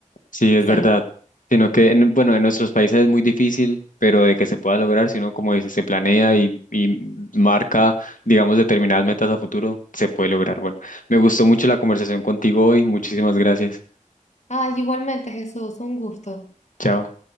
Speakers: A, on the left; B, on the left.
A: sí, es
B: se
A: verdad.
B: logra.
A: Sino que, en- bueno, en nuestros países es muy difícil, pero de que se pueda lograr, si uno, como dice, se planea y, y marca, digamos, determinadas metas a futuro, se puede lograr. Bueno, me gustó mucho la conversación contigo hoy. Muchísimas gracias.
B: Ay, igualmente, Jesús, un gusto.
A: Chao.